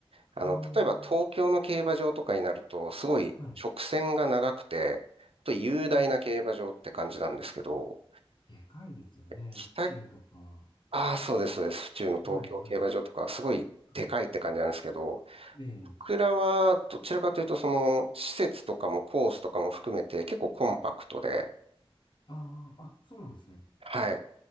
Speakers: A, on the right (about 70°); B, on the left (about 50°).
A: あの、
B: あ
A: 例えば東京の競馬場とかになると、すごい直線が長くて、
B: あ、はい。
A: あと雄大な競馬場って感じなんですけど、
B: ああ、でかいですよね。
A: 北、
B: 府中とか。
A: ああ、そうです、そうです。府中の東京競馬場とかはすごいでかいって感じなんですけど、
B: はい、はい、はい。ええ。
A: 僕らはどちらかというと、その、施設とかもコースとかも含めて結構コンパクトで、
B: ああ、あ、そうなんですね。
A: はい。